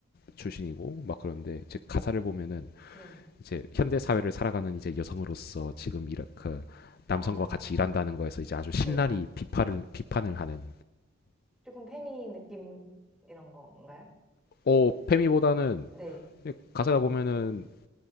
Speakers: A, on the left (about 45°); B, in the centre.
A: 출신이고 막 그런데 이제 가사를 보면은
B: 네.
A: 이제 현대 사회를 살아가는 이제 여성으로서 지금 이렇 그
B: 아,
A: 남성과 같이 일한다는 거에서 이제 아주 신랄히
B: 네.
A: 비판을 비판을 하는
B: 조금 페미 느낌 이런 건가요?
A: 어 페미보다는
B: 네.
A: 가사가 보면은